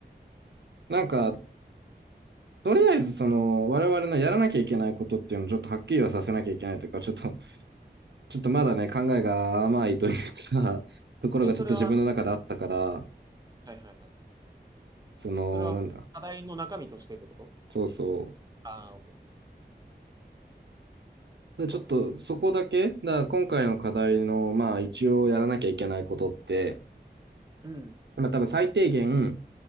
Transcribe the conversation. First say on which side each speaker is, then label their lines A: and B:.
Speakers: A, on the right; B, on the right.
A: なんか、とりあえずその我々のやらなきゃいけないことっていうのをちょっとはっきりはさせなきゃいけないというか、ちょっと、<laughs> ちょっとまだね、考えが甘いというか、<laughs> ところがちょっと自分の中であったから、
B: う。え、それは、はいはいはい。
A: その、
B: それは課題の中身としてってこと
A: なんだ、そうそう。
B: ああー、オッケー。
A: でちょっとそこだけ、
B: そうね。
A: だから今回の課題の、まあ一応やらなきゃいけないことって、
B: うん。
A: まあ多分最低限、